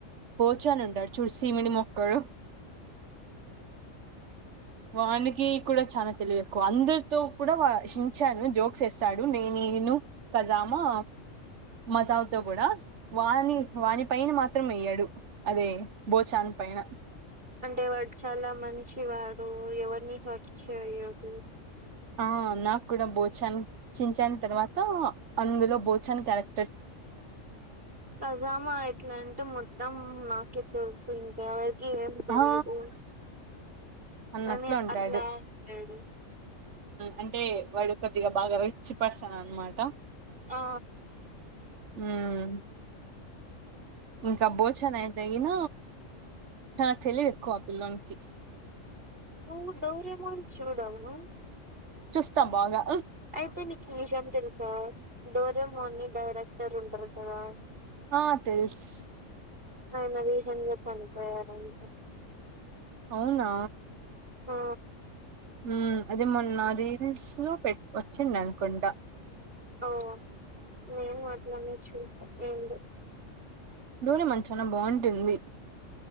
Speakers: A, on the right (about 65°); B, on the right (about 45°).
A: పో చోని ఉంటడ్ చూడు సిమిడీ ముక్కోడు వానికి కూడా చాల తెలివి ఎక్కువ అందరితో కూడా వ షించాను జోక్స్ వేస్తాడు నేను ఎను కజామా మజావతో కూడా వాని వాని పైన మాత్రం వేయ్యాడు అదే బోచాన్ పైన
B: అంటే వాడు చాలా మంచి తో ఎవరిని హార్ట్ చేయాకు అనేసి
A: ఆ నాకు కూడా బోచాన్ సించన్ తర్వాత అందులో భోచాన్ క్యారెట్
B: ఖజామా ఎట్లాంటే మొత్తం నా కే తెలుసు ఇంకా ఏం తెలిదు
A: ఆ అన్నట్లు
B: అని
A: ఉంటాడు
B: అట్లా అంటాడు
A: అంటే వాడు కొద్దిగా బాగా రిచ్ పర్సన్ అనమాట
B: ఆ
A: ఉమ్ ఇంకా భోచన అయితెగిన చానా తెలివు ఎక్కువ ఆ పిల్లోనికి
B: నువ్వు డౌరమోన్ చూడవ్ నువ్వు
A: చూస్తా బాగా
B: అయితే నీక్ నిజమ్ తెలుసా డోరే మోని డైరెక్టర్ ఉంటారు కదా
A: ఆ తెలుస్
B: ఆయన రీసెంట్ చనిపోయారంట
A: అవునా
B: ఆ
A: ఉమ్ అది మొన్న రీల్స్ లో పెట్ వచ్చింది అనుకుంటా
B: ఓ నేను అట్లానే చూస్తా ఏందో
A: లులు మాల్ చానా బాగుంటుంది